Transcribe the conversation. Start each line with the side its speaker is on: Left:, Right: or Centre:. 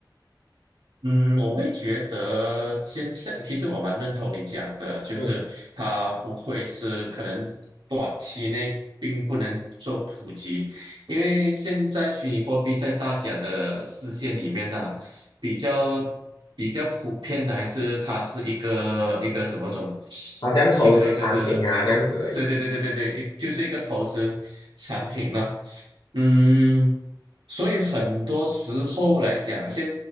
Right: 嗯，我会觉得现在其实我蛮认同你讲的，就是它不会是可能短期内并不能做普及，
Left: 嗯，
Right: 因为现在虚拟货币在大家的视线里面呢、比较比较普遍的还是它是一个一个怎么说，
Left: 好像投资产品啊这样子而已。
Right: 一个一个个，对对对对对对，就是一个投资产品了。嗯，所以很多时候来讲，先